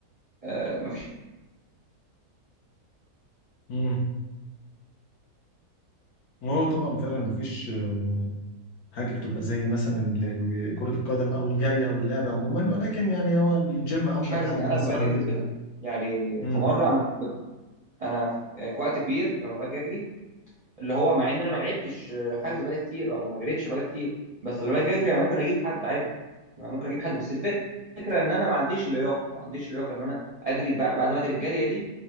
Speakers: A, on the right; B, on the left.
A: آه، مفيش
B: امم وهو طبعا فعلا مفيش آه، حاجه بتبقى زي مثلا ال- ال- كره القدم او الجري او اللعبه عموما ولكن يعني هو الجيم افضل
A: حاجه
B: حاجه
A: زي يعني انا
B: انا الصراحه
A: لما باجي
B: بالنسبه
A: اجري وكده يعني
B: امم
A: في مره انا كنت انا في- يعني في وقت كبير لما باجي اجري اللي هو مع ان انا ما لعبتش حجز بقالي كتير او ما جريتش بقالي كتير بس لما باجي اجري انا ممكن اجيب حد عادي أنا ممكن اجيب حد بس الفكره ان انا ما عنديش لياقه ما عنديش لياقه ان انا اجري بع- بعد ما اجري الجاريه دي